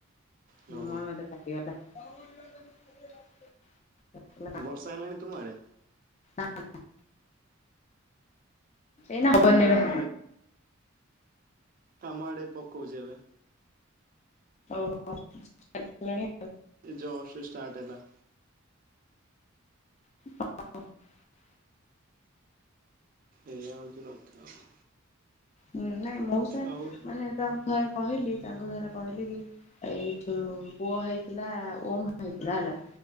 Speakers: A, on the right; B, on the left.
A: ହଉ
B: ମୋ ମନ ତ ଫାଟିଗଲା।
A: ହଉ ବର୍ଷା ହେଲାଣି ତୁମ ଆଡ଼େ?
B: ନା, ନା। ଏଇନା ହବନି
A: ନା
B: ବା।
A: ଆମ ତୋମ ଆଡ଼େ ପକୋଉଚି ଏବେ?
B: ଓହୋ। ଦେଖିଲଣି
A: ଜଷ୍ଟ ଏଇ ଷ୍ଟାର୍ଟ ହେଲା।
B: <inaudible>
A: ଏଇଆ ହଉଛି କଥା ଆଉ।
B: ହୁଁ, ନାଇଁ ମଉସା
A: ଆଉ
B: ମାନେ ତାଙ୍କୁ ଥରେ କହିଲି, ତାଙ୍କୁ ଥରେ କହିଲି କି ଏଇଠୁ ପୁଅ ହେଇଥିଲା ଓମ୍ ହେଇଥିଲା ହେଲା।